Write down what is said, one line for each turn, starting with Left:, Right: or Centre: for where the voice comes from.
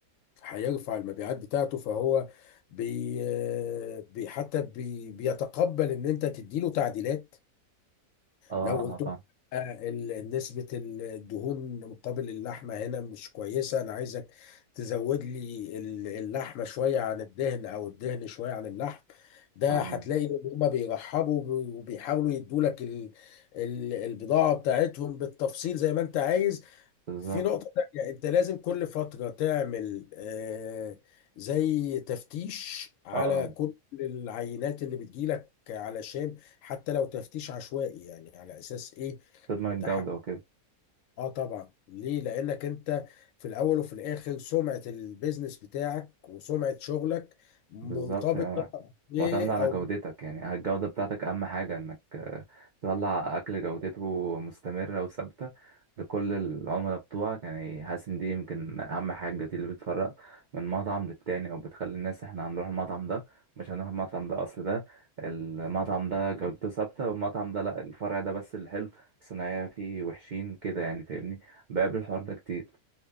Left: هيرفع المبيعات بتاعته فهو بي... بي... حتى بي... بيتقبل ان انت تديله تعديلات
Right: اه
Left: لو قلت
Right: اه
Left: لهم
Right: فاهم
Left: آه، ال- نسبة الدهون مقابل اللحمة هنا مش كويسة أنا عايزك تزود لي ال- اللحمة شوية عن الدهن أو الدهن شوية عن اللحم ده
Right: اه
Left: هتلاقي إن هما بيرحبوا وب- وبيحاولوا يدولك ال- ال- البضاعة بتاعتهم بالتفصيل زي ما أنت عايز
Right: بالظبط
Left: في نقطة تانية يعني أنت لازم كل فترة تعمل آه، زي تفتيش على
Right: اه
Left: كل العينات اللي بتجيلك علشان حتى لو تفتيش عشوائي يعني على أساس إيه
Right: تضمن الجوده
Left: تحقق
Right: وكده
Left: آه طبعا ليه؟ لأنك أنت في الأول وفي الآخر سمعة البيزنس بتاعك وسمعة شغلك مرتبطة
Right: بالظبط يعني
Left: ب-
Right: معتمد على
Left: أو
Right: جودتك يعني الجودة بتاعتك أهم حاجة إنك آه، تطلع أكل جودته مستمرة وثابتة لكل العملاء بتوعك يعني حاسس إن دي يمكن أهم حاجة دي اللي بتفرق من مطعم للتاني أو بتخلي الناس إحنا هنروح المطعم ده مش هنروح المطعم ده أصل ده المطعم ده جودته ثابتة والمطعم ده لأ الفرع ده بس اللي حلو الصناعية فيه وحشين كده يعني فاهمني بقابل الحوار ده كتير